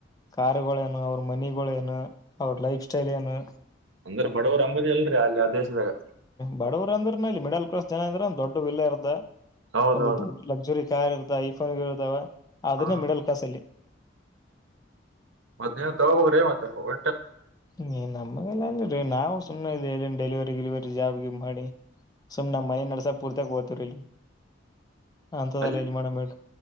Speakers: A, on the left (about 20°); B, on the right (about 90°).
A: ಕಾರಾರ್ುಗಳೇನು ಅವ್ರ ಮನಿಗಳ ನು ಅವ್ರ ಲೈಫ್ ಸ್ಟೈಲ್ ಏನು
B: ಅಂದ್ರ ಬಡವರು ಅಂಬದಿ ಅಲ್ರರಿ ಅಲ್ಲಿ ಆ ದೇಶದಾಗ
A: ಬಡವರ್ ಅಂದ್ರ ಇಲ್ಲಿ ಮಿಡಲ್ ಕ್ಲಾಸ್ ಜನ ಅಂದ್ರೆಂದಂದು ದೊಡ್ಡ ವಿಿಲ್ಲ ಇರ್ದ
B: ಹೌದೌದು
A: ಒಂದು ದೊಡ್ಡ ಲಕ್ಸುರಿ ಕಾರ್ ಇರ್ದ ಐಫೋನ್ ಇರ್ದಾವ ಅದನ್ನೇ
B: ಹಾ
A: ಮಿಡಲ್ ಕ್ಲಾಸ್ ಅಲ್ಲಿ
B: ಮತ್ತ ನೀವ್ ತಗೋಬೋರೇ ಮತ್ತ ಒ
A: ನೀ ನಮಗೆಲ್ಲಾ ಅಂದೀ ನಾವು ಸುಮ್ಮ್ನೆ ಇ ಎಲ್ಲಿ ಡೆಲಿವರಿ ಗಿಲಿವರಿ ಜಾಬ್ಗೆ ಮಾಡಿ ಸುಮ ನ ಮನೆ ನರಸಾಪುರ್ ತಕ್ ವತುರಲಿ ಹಂತದಲ್ಲ
B: ಅಲ್ಲಿ
A: ಇಲ್ಲಿ ಮಾಡಬೇಡ